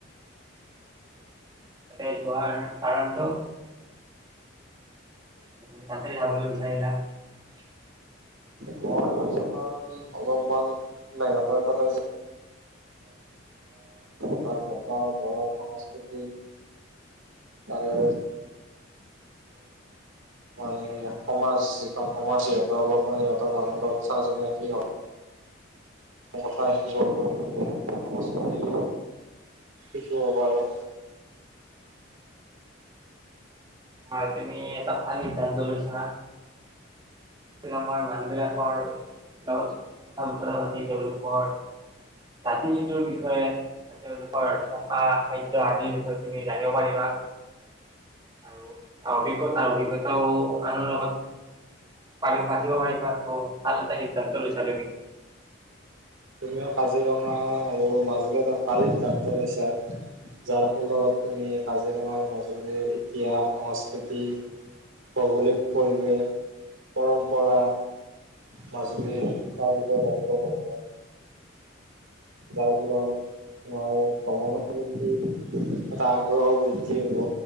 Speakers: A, on the right; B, on the right.
A: ত কাৰণটো তুমি তাতে যাবলৈ বিচাৰিলা ।
B: মই ভাবিছো কাৰণ অলপমান মেঘালয়খনে য টাৰ বত বৰণ সংস্কৃতি তাৰে মানে সমাজ যিখন সমাজ সিহঁতৰ হব প সিহঁতৰ মানুহ উৎসাহ চনে হ কথা শে সংস্কৃতি শিকিব পাৰোঁ
A: হয় তুমি এটা ভাল সিদ্ধান্ত লৈছা তুমিমাৰ মানুহবিলাকৰ লগ লগত কথা বতৰা পাতি তেওঁলোকৰ জাতি নীতিৰ বিষয়ে বা তেওঁলোকৰ থকা খাদ্য় আদিৰ বিষয়ে তুমি জানিব পাৰিবা আৰু অভিজ্ঞতাৰ অভিজ্ঞতাও আনৰ লগত পাৰ পাতিব পাৰিবা ভাল এটা সিদ্ধান্ত লৈছা তুমি
B: তুমিও কাজিৰঙা আৰু মাজুলীত এ ভাল সিদ্ধান্ত লৈছা যাৰ ফলত তুমি কাজিৰঙা আৰু মাজুলীৰ ইতিহাস সংস্কৃতি ভৌগোলিক পৰিৱেশ পৰম্পৰা । মাজুলী তাৰ বিষয়ে জানিব লাৰিবে যাৰ ফলত আমাৰ কমৰ প্ৰতি এটা আগ্ৰহ বৃদ্ধি হ'ব